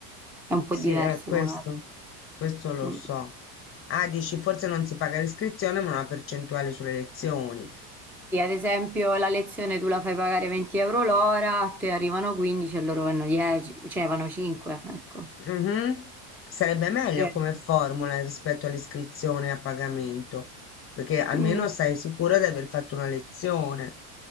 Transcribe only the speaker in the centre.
è un po'
diverso
magari.
Mm.
Sì, ad esempio la lezione tu la fai pagare 20 euro l'ora, a te arrivano 15 e loro vanno 10, cioè vanno 5, ecco.
Credo.
Mm.